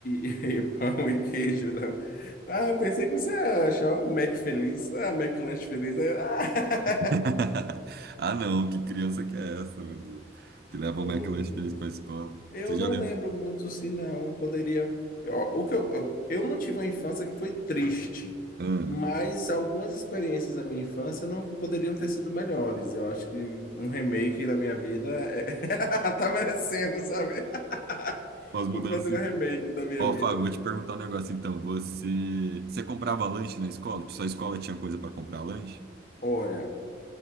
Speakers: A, on the left (about 50°); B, on the right (about 55°).
A: e- <laughs> e pão e queijo, não. Ah, eu pensei que você ia achar um Mac feliz. Ah, Mac lanche feliz. Ah,
B: <laughs> Ah, não, que criança que é essa, meu Deus?
A: <laughs>
B: Que leva
A: Oh,
B: o McLanche
A: meu Deus.
B: feliz pra escola.
A: Eu
B: Você
A: não
B: já lembra?
A: lembro muito se não, eu poderia. Eu, o que eu, eu, eu não tive uma infância que foi triste,
B: Ah,
A: mas algumas experiências da minha infância não poderiam ter sido melhores. Eu acho que um remake da minha vida é- <laughs> tá merecendo, sabe? <laughs>
B: umas mudanças.
A: Vou fazer um remake da minha
B: Ó,
A: vida.
B: Fábio, vou te perguntar um negócio então. Você, você comprava lanche na escola? Sua escola tinha coisa para comprar lanche?
A: Olha.